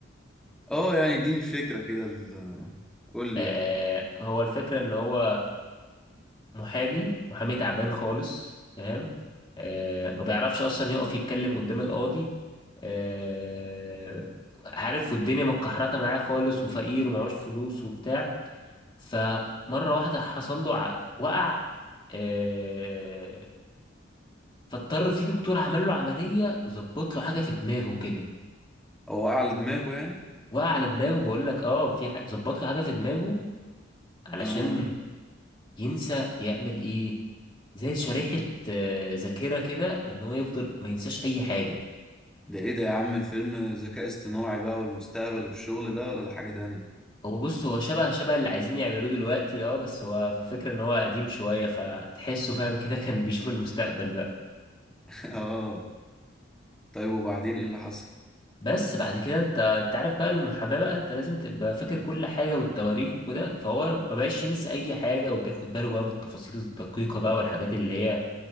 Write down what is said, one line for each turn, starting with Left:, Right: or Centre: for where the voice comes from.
Centre: اه يعني اديني فكرة كده ال- قول لي
Left: أه
Centre: اه
Left: هو الفكره ان هو محامي محامي تعبان خالص فاهم آه ما بيعرفش اصلا يقف يتكلم قدام القاضي آه عارف والدنيا متكحرته معاه خالص وفقير ومعهوش فلوس وبتاع فمره واحده حصل له ع- وقع آه فاضطر في دكتور عمل له عمليه ظبط له حاجه في دماغه كده
Centre: هو اعلى دماغه يعني
Left: وقع على دماغه بقول لك اه في ح- ظبط له حاجه في دماغه علشان
Centre: اه
Left: ينسى يعمل ايه زي شريحة آه، ذاكرة كده ان هو يفضل ما ينساش اي حاجة
Centre: ده ايه ده يا عم فيلم ذكاء اصطناعي بقى والمستقبل والشغل ده ولا ده حاجة تانية
Left: هو بص هو شبه شبه اللي عايزين يعملوه دلوقتي اه بس هو فكرة ان هو قديم شوية فتحسه فاهم كده <laughs> كان بيشوف المستقبل بقى
Centre: <laughs> اه طيب وبعدين ايه اللي حصل
Left: بس بعد كده انت انت عارف بقى المحاماة بقى انت لازم تبقى فاكر كل حاجة والتواريخ وكده فهو ما بقاش ينسى اي حاجة وبياخد باله بقى من التفاصيل الدقيقة بقى والحاجات اللي هي